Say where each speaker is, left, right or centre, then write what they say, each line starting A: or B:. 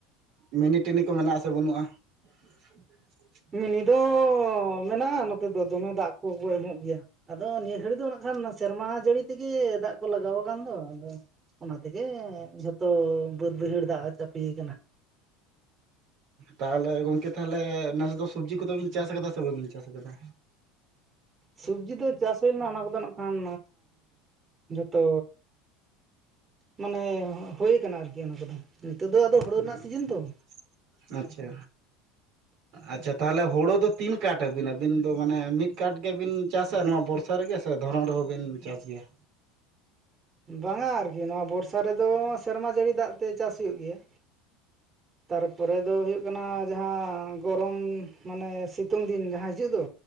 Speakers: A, on the right; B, on the right.
A: ᱢᱤᱱᱤ ᱴᱤᱱᱤ ᱠᱚ ᱢᱮᱱᱟᱜ ᱟᱥᱮ ᱵᱟᱹᱱᱩᱜᱼᱟ? <inaudible>
B: ᱢᱤᱱᱤ ᱫᱚ ᱢᱮᱱᱟᱜᱼᱟ, ᱱᱚᱛᱮ ᱫᱚ ᱫᱚᱢᱮ ᱫᱟᱜ ᱠᱚᱠᱚ ᱮᱢᱚᱜ ᱜᱮᱭᱟ᱾ ᱟᱫᱚ ᱱᱤᱭᱟᱹ ᱜᱷᱟᱹᱲᱤᱡ ᱫᱚ ᱱᱟᱜ ᱠᱷᱟᱱ ᱥᱮᱨᱢᱟ ᱡᱟᱹᱲᱤ ᱛᱮᱜᱮ ᱫᱟᱜ ᱠᱚ ᱞᱟᱜᱟᱣ ᱟᱠᱟᱱ ᱫᱚ᱾ ᱟᱫᱚ ᱚᱱᱟ ᱛᱮᱜᱮ ᱡᱷᱚᱛᱚ ᱵᱟᱹᱫᱽ ᱵᱟᱹᱭᱦᱟᱹᱲ ᱫᱟᱜ ᱪᱟᱯᱤᱭ ᱟᱠᱟᱱᱟ᱾
A: ᱛᱟᱦᱚᱞᱮ ᱜᱚᱢᱠᱮ ᱛᱟᱦᱚᱞᱮ ᱱᱮᱥ ᱫᱚ ᱥᱚᱵᱽᱡᱤ ᱠᱚᱫᱚ ᱵᱤᱱ ᱪᱟᱥ ᱟᱠᱟᱫᱟ ᱥᱮ ᱵᱟᱹᱵᱤᱱ ᱪᱟᱥ ᱠᱟᱫᱟ?
B: ᱥᱚᱵᱽᱡᱤ ᱫᱚ ᱪᱟᱥ ᱦᱩᱭ ᱞᱮᱱᱟ, ᱚᱱᱟ ᱠᱚᱫᱚ ᱱᱟᱜ ᱠᱷᱟᱱ ᱡᱷᱚᱛᱚ ᱢᱟᱱᱮ ᱦᱩᱭ ᱠᱟᱱᱟ ᱟᱨᱠᱤ ᱚᱱᱟ ᱠᱚᱫᱚ᱾ ᱱᱤᱛᱚᱜ ᱫᱚ ᱟᱫᱚ ᱦᱩᱲᱩ
A: ᱦᱚᱸ
B: ᱨᱮᱱᱟᱜ ᱥᱤᱡᱤᱱ ᱛᱚ
A: ᱟᱪᱪᱷᱟ᱾ ᱟᱪᱪᱷᱟ ᱛᱟᱦᱚᱞᱮ ᱦᱳᱲᱳ ᱫᱚ ᱛᱤᱱ ᱠᱟᱴ ᱟᱵᱤᱱ, ᱟᱹᱵᱤᱱ ᱫᱚ? ᱢᱟᱱᱮ ᱢᱤᱫ ᱠᱟᱴ ᱜᱮᱵᱤᱱ ᱪᱟᱥᱟ ᱱᱚᱣᱟ ᱵᱚᱨᱥᱟ <unintelligible> ᱨᱮᱜᱮ ᱥᱮ ᱫᱷᱚᱨᱚᱱ ᱨᱮᱦᱚᱸᱵᱤᱱ ᱪᱟᱥ ᱜᱮᱭᱟ?
B: ᱵᱟᱝᱟ ᱟᱨᱠᱤ ᱱᱚᱣᱟ ᱵᱚᱨᱥᱟ ᱨᱮᱫᱚ ᱥᱮᱨᱢᱟ ᱡᱟᱹᱲᱤ ᱫᱟᱜ ᱛᱮ ᱪᱟᱥ ᱦᱩᱭᱩᱜ ᱜᱮᱭᱟ᱾ ᱛᱟᱨᱯᱚᱨᱮ ᱫᱚ ᱦᱩᱭᱩᱜ ᱠᱟᱱᱟ ᱡᱟᱦᱟᱸ ᱜᱚᱨᱚᱢ ᱢᱟᱱᱮ ᱥᱤᱛᱩᱝ ᱫᱤᱱ ᱡᱟᱦᱟᱸ ᱦᱤᱡᱩᱜ ᱫᱚ